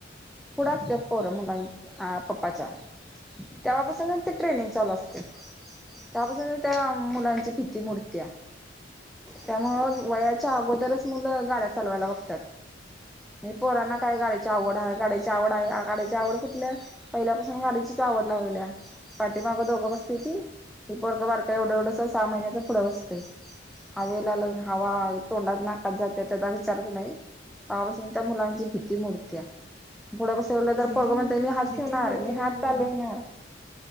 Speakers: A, in the centre; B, on the left.
A: पुढ असत्यात पोर मुल पप्पाच्या. तेव्हापासूनच ते ट्रेनिंग चालू असतंय, तेव्हापासून त्या मुलांची भीती मोडत्या. त्यामुळं वयाच्या अगोदरच मुलं गाड्या चालवायला बघत्यात. मी पोरांना काय गाडीची आवड आहे गाड्याची आवड आहे, गाड्याची आवड कुठलं पहिल्यापासून गाडीचीच आवड लावलीया. पाठीमागं दोघं बसत्याती हे पोरगं बारक एवढं एवढंस सहा महिन्याच पुढं बसतंय. हवेला हवा तोंडात नाक जात्या त्याचा विचारच नाही ते्हापासून त्या मुलांची भीती मोडत्या. पुढं बसवलं तर
B: भीती
A: पोरग म्हणतंय मी हात
B: भीती
A: ठेवणार,
B: मोडते
A: मी हात
B: पण
A: चालवणार‌